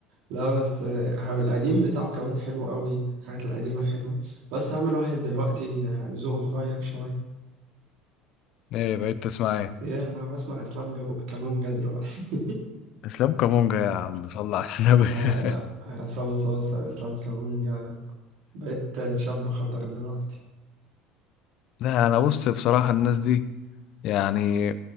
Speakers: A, on the right (about 65°); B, on the left (about 55°).
A: لا بس آه، القديم بتاعه كمان حلو قوي الحاجات القديمة حلوة بس هعمل واحد دلوقتي آه، ذوقه اتغير شوية
B: ايه بقيت تسمع ايه
A: ايه انا بسمع اسلام جابو كامونجا دلوقتي <laughs>
B: اسلام كامونجا يا عم صل على النبي
A: آه،
B: <laughs>
A: عصام صاصة اسلام كامونجا بقيت آه، شاب خطر دلوقتي
B: لا انا بص بصراحه الناس دي يعني